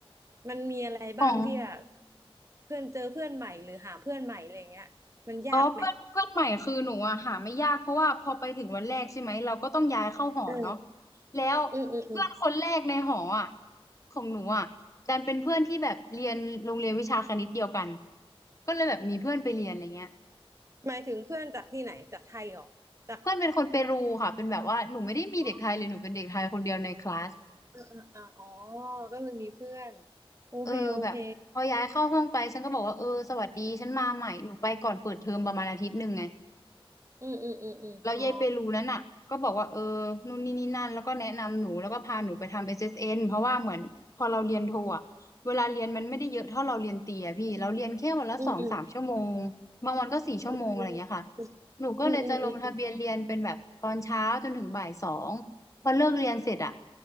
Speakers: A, on the right; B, on the left.
A: มันมีอะไรบ้างที่แบบ
B: ของ
A: เพื่อนเจอเพื่อนใหม่หรือหาเพื่อนใหม่อะไรอย่างเงี้ยมันยากไหม
B: อ๋อเพื่อนเพื่อนใหม่คือหนูอะหาไม่ยากเพราะว่าพอไปถึงวันแรกใช่ไหมเราก็ต้องย้ายเข้าหอเนาะ
A: เออ
B: แล้ว
A: อืมอืมอืม
B: เพื่อนคนแรกในหออะของหนูอะดันเป็นเพื่อนที่แบบเรียนโรงเรียนวิชาคณิตเดียวกันก็เลยแบบมีเพื่อนไปเรียนอะไรเงี้ย
A: หมายถึงเพื่อนจากที่ไหนจากไทยเหรอจาก
B: เพื่อนเป็นคนเปรูค่ะเป็นแบบว่าหนูไม่ได้มีเด็กไทยเลยหนูเป็นเด็กไทยคนเดียวในคลาส
A: อ่อเออเอออ่ะอ๋อ ก็เลยมีเพื่อนโอเคโอเค
B: เออแบบพอย้ายเข้าห้องไปฉันก็บอกว่าเออสวัสดีฉันมาใหม่หนูไปก่อนเปิดเทอมประมาณอาทิตย์หนึ่งไง
A: อืมอืมอืมอืมอ๋อ
B: แล้วยายเปรูนั้นน่ะก็บอกว่าเออนู่นนี่นี่นั่นแล้วก็แนะนำหนูแล้วก็พาหนูไปทำ SSN เอสเอ็นเพราะว่าเหมือนพอเราเรียนโทอ่ะเวลาเรียนมันไม่ได้เยอะเท่าเราเรียนเตรียพี่เราเรียนแค่วันละสองสามชั่วโมงบางวันก็สี่ชั่วโมงอะไรอย่างเงี้ยค่ะ
A: อืมอืมอืม
B: หนูก็เลยจะลงทะเบียนเรียนเป็นแบบตอนเช้าจนถึงบ่ายสอง
A: อืมอืมอืมอม
B: พอเลิกเรียนเสร็จอะ